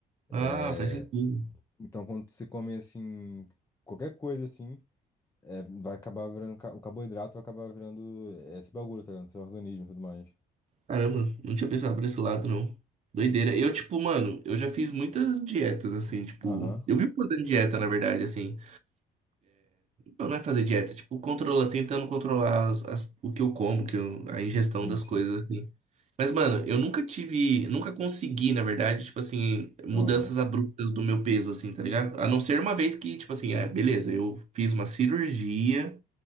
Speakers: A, on the right; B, on the left.
A: Ah,
B: É,
A: faz sentido.
B: Então, quando você come, assim, qualquer coisa, assim, é, vai acabar virando. ca- O carboidrato vai acabar virando esse bagulho, tá ligado? Seu organismo e tudo mais.
A: Caramba, não tinha pensado por esse lado, não. Doideira. Eu, tipo, mano, eu já fiz muitas dietas, assim, tipo.
B: Aham.
A: Eu vivo fazendo dieta, na verdade, assim. Não é fazer dieta, tipo, controlar, tentando controlar as- as- o que eu como, que eu- a ingestão
B: Sim,
A: das
B: sim.
A: coisas, assim. Mas, mano, eu nunca tive, nunca consegui, na verdade, tipo assim, mudanças
B: Aham.
A: abruptas do meu peso, assim, tá ligado? A não ser uma vez que, tipo assim, é, beleza, eu fiz uma cirurgia,